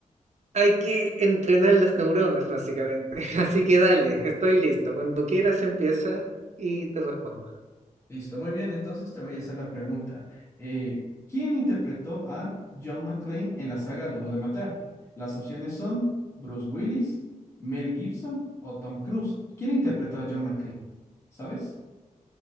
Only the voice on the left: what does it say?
Listo, muy bien. Entonces te voy a hacer la pregunta. Eh, ¿quién interpretó a John McClane en la saga Duro de Matar? Las opciones son Bruce Willis, Mel Gibson o Tom Cruise. ¿Quién interpretó a John McClane? ¿Sabes?